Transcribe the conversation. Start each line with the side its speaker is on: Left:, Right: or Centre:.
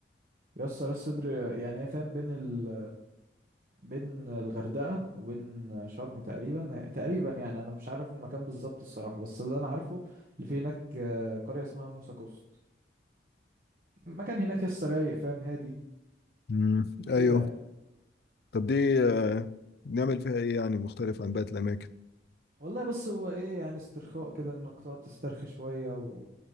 Right: يسا راس سدر يعني هي فاهم بين ال بين الغردقة وبين شرم تقريبا تقريبا يعني أنا مش عارف المكان بالظبط الصراحة بس اللي أنا عارفه اللي في هناك آه، قرية اسمها موسى كوست المكان هناك يسا رايق فاهم هادي
Left: امم ايوه
Right: كده يعني
Left: طب دي آه، نعمل فيها ايه يعني مختلف عن باقي الاماكن
Right: والله بس هو ايه يعني استرخاء كده انك تقعد تسترخي شوية و...